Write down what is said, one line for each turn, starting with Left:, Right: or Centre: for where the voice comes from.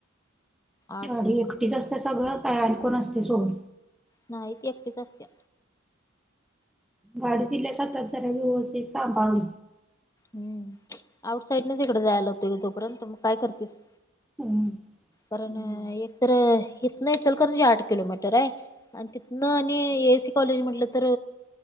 Left: आठ
Centre: गाडी एकटीच असते सगळ काय आणि कोण असतय सोबत.
Left: नाही एकटीच असते.
Centre: गाडी दिल्यास हातात जरा व्यवस्थित सांभाळून.
Left: हम्म आउटसाईड नच इकड जायला होतय तोपर्यंत मग काय करतेस.
Centre: हम्म. हम्म
Left: कारण एक तर हितन ईचलकरंणजी आठ किलोमीटर आहे. आणि तिथन आणि एसी कॉलेज म्हटल तर